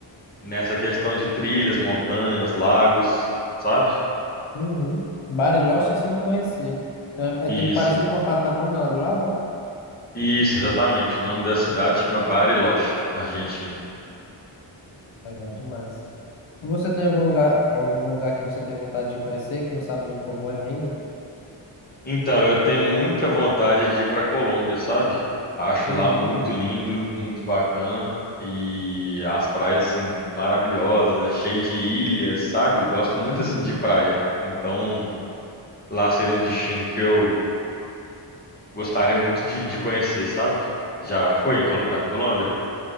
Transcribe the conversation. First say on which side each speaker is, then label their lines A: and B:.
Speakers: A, on the left; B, on the left.
A: nessa questão de trilhas, montanhas, lagos, sabe?
B: uhum. Bariloche, esse eu não conhecia. É, é
A: Isso,
B: tipo parecido com a Patagônia lá do lado, né?
A: isso, exatamente. O nome da cidade chama Bariloche, na Argentina.
B: Legal demais. Você tem algum lugar, algum lugar que você tem vontade de conhecer, que não sabe muito como é ainda?
A: Então, eu tenho muita vontade de ir para Colômbia, sabe? Acho
B: Uhum,
A: lá muito lindo, muito bacana e as praias assim maravilhosas, é cheio de ilhas, sabe? Gosto muito
B: uhum.
A: assim de praia. Então, lá seria um destino que eu gostaria muito de, de conhecer, sabe? Já foi
B: É,
A: em Col- na Colômbia?